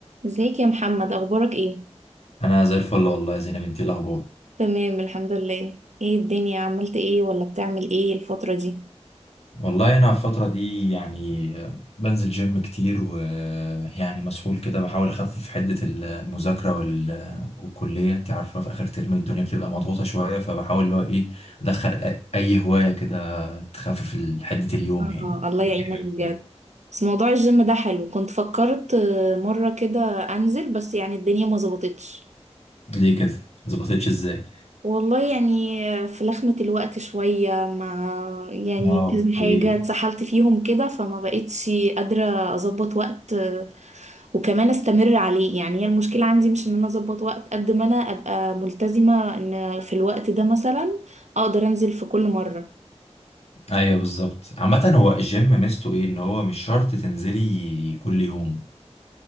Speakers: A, on the right (about 85°); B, on the left (about 65°).
A: ازيك يا محمد اخبارك ايه
B: انا زي الفل والله يا زينب انتي إيه الاخبار
A: تمام الحمد لله ايه الدنيا عملت ايه ولا بتعمل ايه الفترة دي
B: والله انا في الفتره دي يعني بنزل جيم كتير ويعني مسحول كده بحاول اخفف حده المذاكره وال... والكليه انتي عارفه في اخر ترم الدنيا بتبقى مضغوطه شويه فبحاول اللي هو ايه ادخل أ- اي هوايه كده تخفف ال- حده اليوم
A: آه
B: يعني
A: الله يعينك
B: إيه بتعمل
A: بجد
B: في اليوم؟
A: بس موضوع الجيم ده حلو كنت فكرت آه، مرة كده انزل بس يعني الدنيا ما ظبطتش
B: ليه كده مظبطتش ازاي
A: والله يعني آه، في لخمة الوقت شوية مع يعني
B: اه
A: كذا
B: ليه
A: حاجة اتسحلت فيهم كده فما بقتش قادرة اظبط وقت وكمان استمر عليه يعني هي المشكلة عندي مش ان انا اظبط وقت قد ما انا ابقى ملتزمة ان في الوقت ده مثلا اقدر انزل في كل مرة
B: ايوه بالظبط عامة هو الجيم ميزته ايه ان هو مش شرط تنزلي كل يوم